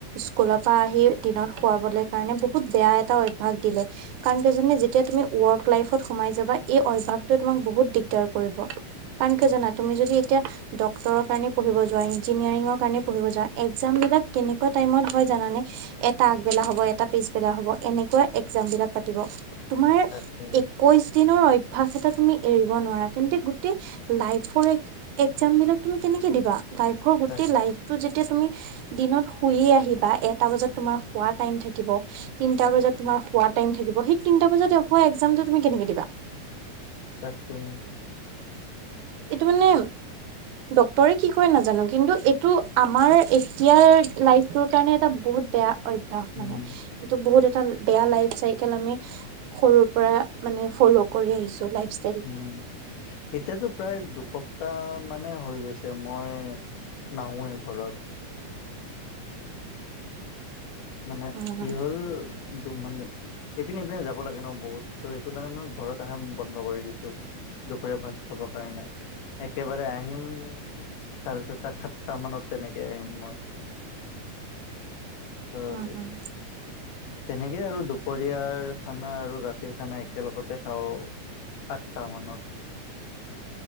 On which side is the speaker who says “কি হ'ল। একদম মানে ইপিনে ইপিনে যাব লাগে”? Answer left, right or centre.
Left